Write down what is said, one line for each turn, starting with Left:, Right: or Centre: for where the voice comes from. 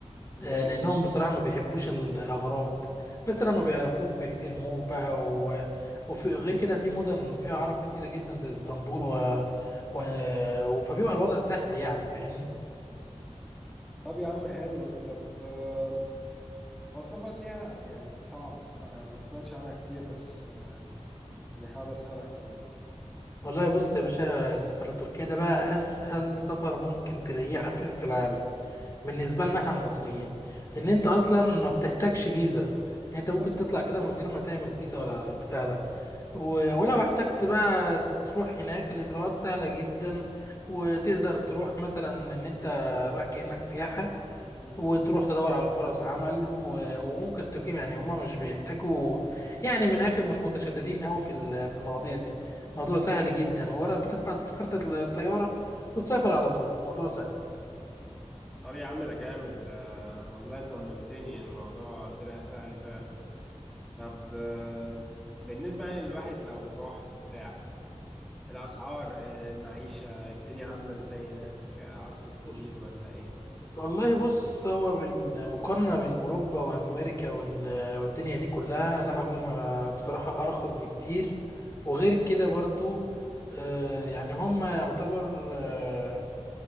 Centre: مم.
Left: آه، لأنهم بصراحة ما بيحبوش الأغراب بس لما بيعرفوك بيحترموك بقى و... وفي غير كده في مدن فيها عرب كتيرة جدا زي اسطنبول و... و... فبيبقى الوضع سهل يعني فاهمني
Centre: طب يا عم حلو طب آه، هو السفر ليها يعني صعب انا ما سمعتش عنها كتير بس آه، يعني حابب اسالك يعني
Left: والله بص يا باشا السفر لتركيا ده بقى أسهل سفر ممكن تلاقيه حرفيا في العالم بالنسبة لنا احنا المصريين لأن
Centre: حلو
Left: أنت أصلا ما بتحتاجش فيزا يعني أنت ممكن
Centre: اصلا
Left: تطلع كده من غير ما تعمل فيزا ولا بتاع ده و- ولو احتجت بقى تروح هناك الإجراءات سهلة جدا وتقدر تروح مثلا إن أنت رايح كأنك سياحة
Centre: امم
Left: وتروح تدور على فرص عمل و- وممكن تقيم يعني هما مش بيحتاجوا يعني من الآخر مش متشددين أوي في ال- في المواضيع دي موضوع سهل جدا ورا بتدفع تذكرة الطيارة وتسافر على طول موضوع سهل
Centre: طب يا عم ده جامد ده والله طمنتني الموضوع طلع سهل فعلا طب آه، بالنسبة يعني للواحد لو راح وبتاع الأسعار آه، المعيشة الدنيا عاملة ازاي هناك آه، هصرف كتير
Left: مم.
Centre: ولا ايه
Left: والله بص هو بالمقارنة بين أوروبا وأمريكا وال- آه، والدنيا دي كلها لا هم بصراحة أرخص بكتير وغير كده برضو آه، يعني هم يعتبر آه،